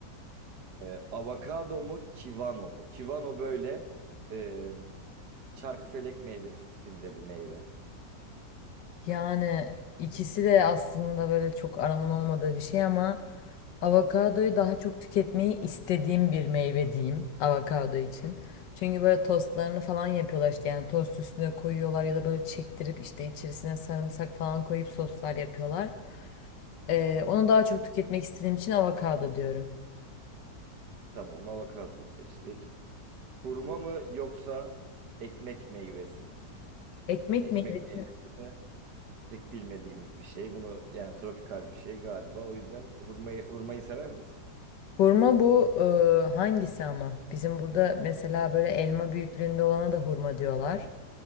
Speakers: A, on the right; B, on the left.
A: Ee, avokado mu, kivano mu? Kivano böyle e, çarkıfelek meyvesi tipinde bir meyve.
B: Yani ikisi de aslında böyle çok aramın olmadığı bir şey ama avokadoyu daha çok tüketmeyi istediğim bir meyve diyeyim avokado için. Çünkü böyle tostlarını falan yapıyorlar işte yani tost üstüne koyuyorlar ya da böyle çektirip işte içerisine sarımsak falan koyup soslar yapıyorlar. Ee, onu daha çok tüketmek istediğim için avokado diyorum.
A: Tamam, avokadoyu seçtik. Hurma mı yoksa ekmek meyvesi mi?
B: Ekmek
A: Ekmek
B: meyvesi.
A: meyvesi de pek bilmediğimiz bir şey. Bunu yani tropikal bir şey galiba. O yüzden hurmayı hurmayı sever misin?
B: Hurma bu e, hangisi ama? Bizim burada mesela böyle elma büyüklüğünde olana da hurma diyorlar.